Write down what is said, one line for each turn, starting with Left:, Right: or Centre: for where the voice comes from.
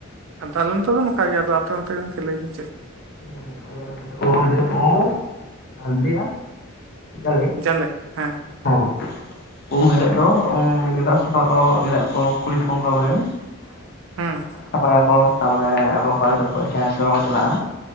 Right: ᱟᱫᱚ ᱟᱞᱮ ᱱᱚᱛᱮ ᱫᱚ ᱱᱚᱝᱠᱟ ᱜᱮ, ᱟᱯᱮ ᱚᱱᱛᱮ <unintelligible> ᱞᱟᱹᱭ ᱵᱤᱱ ᱪᱮᱫ ᱞᱮᱠᱟ?
Left: ᱦᱮᱸ ᱟᱞᱮ ᱳᱱᱛᱮ ᱫᱚ <unintelligible> ᱩᱸ ᱥᱟᱹᱨᱫᱤ ᱟᱨ ᱡᱟᱞᱮ ᱾
Right: ᱡᱟᱞᱮ ᱦᱮᱸ
Left: ᱦᱚᱸ ᱩᱢ ᱦᱤᱞᱳᱜ ᱫᱚ ᱜᱮᱸᱫᱟᱜ ᱥᱟᱯᱷᱟ ᱠᱚ ᱜᱮᱫᱟᱜ ᱠᱚ ᱠᱩᱲᱤ ᱦᱚᱯᱚᱝ <unintelligible>
Right: ᱦᱮᱸ
Left: ᱥᱟᱯᱟᱭ ᱟᱠᱚ ᱛᱟᱯᱚᱨᱮ ᱟᱵᱚ ᱠᱚᱲᱟ ᱡᱟᱦᱟᱸᱭ ᱥᱮ ᱵᱟᱠᱚ ᱪᱟᱞᱟᱜᱼᱟ᱾